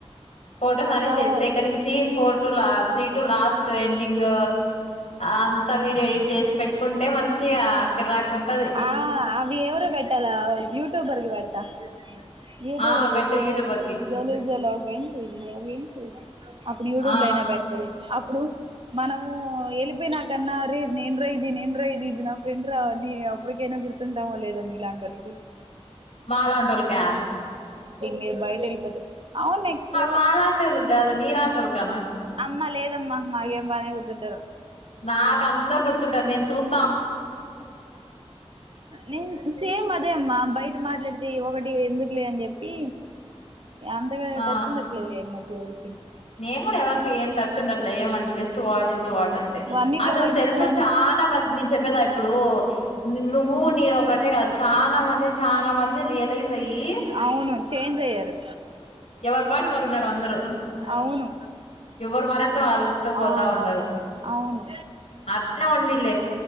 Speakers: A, on the left; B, on the right.
A: ఫోటోస్
B: నాకు
A: అని
B: కావాలి
A: సేకరించి ఫో త్రీ టు లాస్ట్ ఎండింగ్ అంతా వీడియో ఎడిట్ చేసి పెట్టుకుంటే మంచిగా కిరాక్ ఉంటది
B: ఆ అవి ఎవరు బట్టాల ూట్యూబర్ కి పెడతా త్త ఏదో
A: ఆ
B: బలాగ్
A: పెట్టు యూట్యూబర్ కి
B: ఏ చూ బ్గ ఏ చూ అప్పుడు యూట్యూబ్
A: ఆ
B: లో అయినా పెడతుది అప్పుడు మనము వెళ్ళపోయి నాకన్నారే నేను్ర ఇది నేను్రా ఇది ఇది నా ఫ్రెండ్ నీ ఒప్పటికైనా గుర్తుంటామో లేదమ్ మీ ఇలాంటి వాళ్ళకి
A: మాల కా
B: మీరు బయట వెళ్ళపోతే అవును నెక్స్ట్
A: మాలాంటోళ్ళకి కాదు నీలాంటోళ్ళు కను
B: అమ్మా లేదమ్మా మాగేం బానే కు తుంటరు
A: నాక్ అందర్ గుర్ ర్తుంటారు నేను చూస్
B: నేన్ సేమ్ అదే అమ్మా బయ ట మాట్లాడితే ఒకటి ఎందుకులే అని చెప్పి గ అంతగా
A: ఆ
B: టచ్ ఉండట్లే ఏం కాద్ దేవుడు
A: నేను కూడా ఎవ్వర్ కి ఏం టచ్ ఉండట్లే ఏమంటే జస్ట్ స్ట్ వాట్ ఇస్ వాట్ అంతే
B: అన్నిట్లో
A: అసలు
B: కల్పించుకున్నాను
A: తెలుసా చాలా మంది నేన్ చెప్ చెప్పేదా ఇప్పుడు నువ్వు నేను ఒకటే కాదు చాలా మంది చాలా మంది రియలైజ్ అయ్యి
B: అవును చేంజ్ అయ్యారు
A: ఎవరు పాటకాలు ఉన్నారు అందరు
B: అవును
A: ఎవరు మరారు అల్తూ పోతా
B: ఆ
A: ఉన్నారుడు
B: అవును
A: అట్లా ఉండిలే